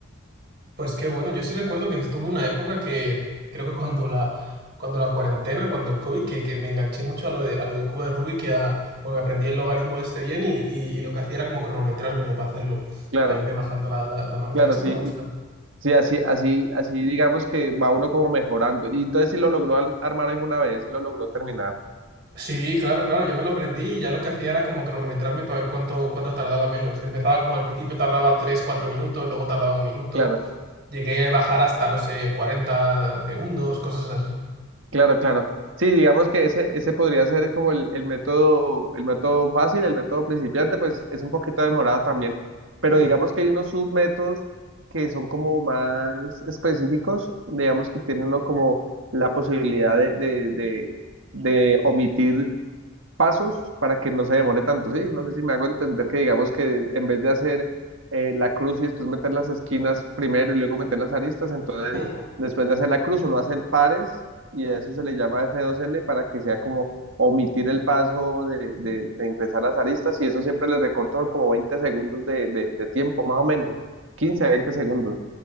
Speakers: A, on the right; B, on the right.
A: Pues qué bueno, yo sí recuerdo que estuve una época que creo que cuando la, cuando la cuarentena, cuando el COVID, que, que me enganché mucho a lo de, a lo del cubo de Rubik y a, porque aprendí el logaritmo este bien y, y, y lo que hacía era como cronometrármelo para hacerlo,
B: Claro,
A: para irme bajando la, la, la marca,
B: claro,
A: eso
B: sí,
A: me gusta.
B: sí, así, así, así digamos que va uno como mejorando. Y entonces si lo logró al- armar alguna vez, sí lo logró terminar.
A: Sí, claro, claro, yo me lo aprendí y ya lo que hacía era como cronometrarme para ver cuánto, cuánto tardaba menos. Empezaba como al principio tardaba 3, 4 minutos, luego tardaba un minuto,
B: Claro.
A: llegué a bajar hasta, no sé, 40 segundos, cosas así.
B: Claro, claro. Sí, digamos que ese, ese podría ser como el, el método, el método fácil, el método principiante, pues es un poquito demorado también. Pero
A: Mm,
B: digamos que hay unos submétodos que son como más específicos, digamos que tiene uno como la posibilidad de, de, de, de omitir pasos para que no se demore tanto, ¿sí? No sé si me hago entender que digamos que en vez de hacer eh, la cruz y después meter las esquinas primero y luego meter las aristas, entonces
A: mm.
B: después de hacer la cruz uno hace pares y a eso se le llama F2L para que sea como omitir el paso de, de- de ingresar las aristas y eso siempre le recorta como 20 segundos de, de de tiempo, más o menos, 15 a 20 segundos.